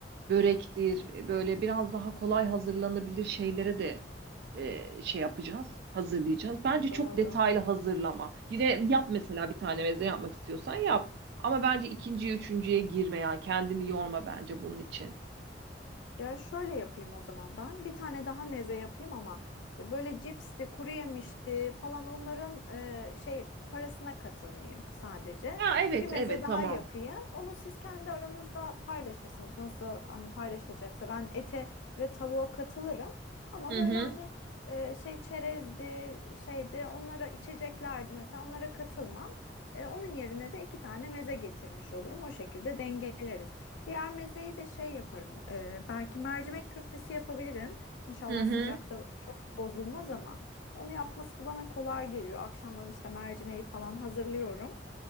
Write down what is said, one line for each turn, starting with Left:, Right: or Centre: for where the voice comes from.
Right: börektir, e, böyle biraz daha kolay hazırlanabilir şeylere de e, şey yapacağız, hazırlayacağız. Bence
Left: doğru.
Right: çok detaylı hazırlama. Yine yap mesela bir tane meze yapmak istiyorsan yap. Ama bence ikinciye, üçüncüye girme yani kendini yorma bence bunun için.
Left: Ya şöyle yapayım o zaman ben. Bir tane daha meze yapayım ama e, böyle cipsti, kuru yemişti falan onların e, şey parasına katılmayayım sadece.
Right: Ha evet,
Left: Bir meze
Right: evet
Left: daha
Right: tamam.
Left: yapayım. Onu siz kendi aranızda paylaşırsınız. Nasıl hani paylaşılacaksa ben ete ve tavuğa katılırım. Ama
Right: Hı
Left: böyle
Right: hı,
Left: hani e, şey çerezdi, şeydi onlara içeceklerdi mesela onlara katılmam. E, onun yerine de iki tane meze getirmiş olurum. O şekilde dengeleriz Diğer mezeyi de şey yaparım. e, belki mercimek köftesi yapabilirim. İnşallah
Right: hı hı,
Left: sıcakta çok bozulmaz ama onu yapması bana kolay geliyor. Akşamdan işte mercimeği falan hazırlıyorum.